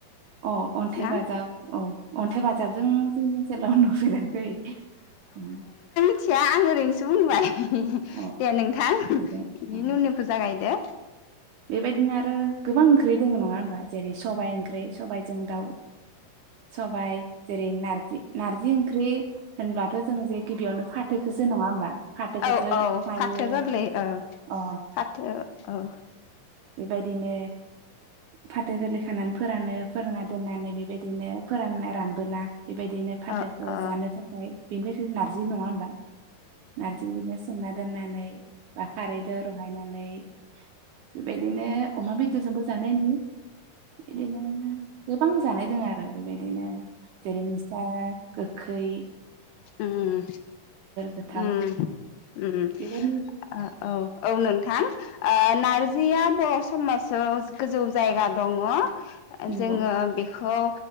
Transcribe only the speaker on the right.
अ अन्थाइ
बाजाब अ। अन्थाइ बाजाबजों जोंनि ओनसोलाव नुफेराखै उम
अ
बेजों अ
बेबायदिनो आरो गोबां ओंख्रि दोङो नङा होनबा जेरै सबाइ ओंख्रि सबाइजों दाउ सबाइ जेरै नारजि नारजि ओंख्रि होनब्लाथ' जों जे गिबियावनो फाथोखोसो नङा होमबा? फाथोखौसो
खायो
अ
बायदिनो फाथो गोरलै खानानै फोरानो फोरानना दोननानै बेबायदिनो फोरानना रानबोला बेबायदिनो फाथोखौ
जानो थाखाय बेनिफ्राय नार्जि नङा होनबा नार्जिखौ बिदिनो सोमना दोननानै बा खारैदो रहायनानै बेबायदिनो अमा बेदरजोबो जानाय नुयो। बिदिनो गोबां जानाय दोङो आरो बेबायदिनो जेरै मिसथा गो खै
गोथाव
बेबायदि
नंगौ